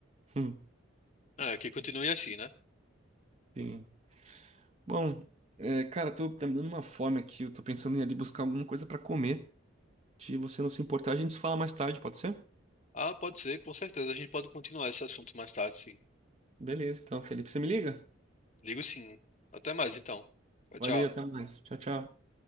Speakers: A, on the right; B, on the left.
A: Hum,
B: É, que continue assim, né?
A: sim. Bom, é, cara, tô, tá me dando uma fome aqui. Eu tô pensando em ir ali buscar alguma coisa pra comer. Se você não se importar, a gente se fala mais tarde, pode ser?
B: Ah, pode ser, com certeza. A gente pode continuar esse assunto mais tarde, sim.
A: Beleza, então, Felipe, você me liga?
B: Ligo sim. Até mais, então. Tchau,
A: Valeu, até
B: tchau.
A: mais. Tchau, tchau.